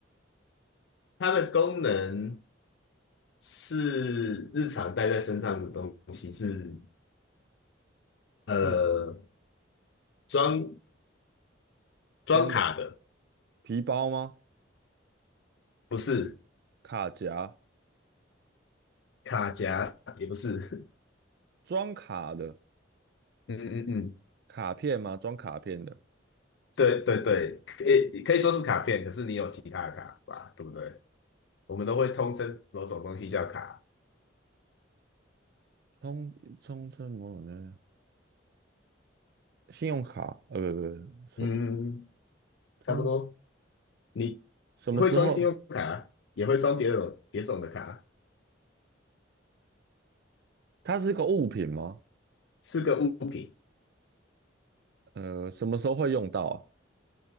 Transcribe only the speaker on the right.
是
装的皮包吗？
卡夹，
装卡的，
卡片吗？装卡片的。
通通称某种的信用卡，呃，不不，
不什
通
什么时候？
它是个物品吗？
呃，什么时候会用到啊？